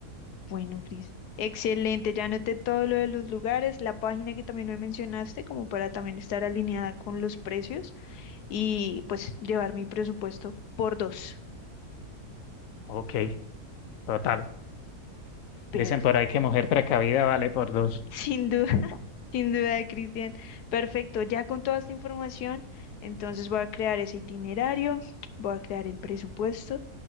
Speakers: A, on the left (about 80°); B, on the left (about 65°).
A: Bueno, Cris. Excelente, ya anoté todo lo de los lugares, la página que también me mencionaste, como para también estar alineada con los precios. y pues llevar mi presupuesto por dos.
B: Ok, total.
A: Pero
B: Dicen por ahí que mujer precavida vale por dos.
A: sin duda, <laughs> sin duda, Cristian. Perfecto, ya con toda esta información, entonces voy a crear ese itinerario, voy a crear el presupuesto